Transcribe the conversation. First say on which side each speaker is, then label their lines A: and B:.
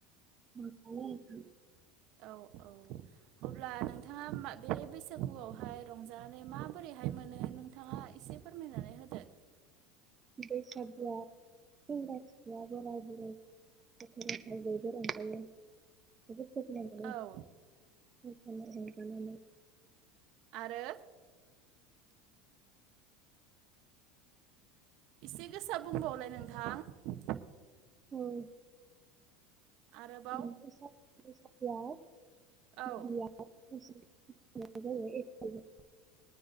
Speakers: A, on the right; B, on the right.
A: <unintelligible>
B: औ औ। अब्ला नोंथाङा बे बैसागुआवहाय रंजानानै माबोरैहाय मोनो नोंथाङा एसे फोरमायनानै होदो?
A: बैसागुआव सेंग्रा सिख्ला, बोराय बुरै गथ' ग'थाय बयबो रंजायो। जोबोर गोजोन्नाय मोनो।
B: औ
A: मोसाना रंजानानै।
B: आरो? एसे गोसा बुंबावलाय नोंथां।
A: उम।
B: आरोबाव
A: बे बैसागु आव <unintelligible>
B: औ
A: <unintelligible>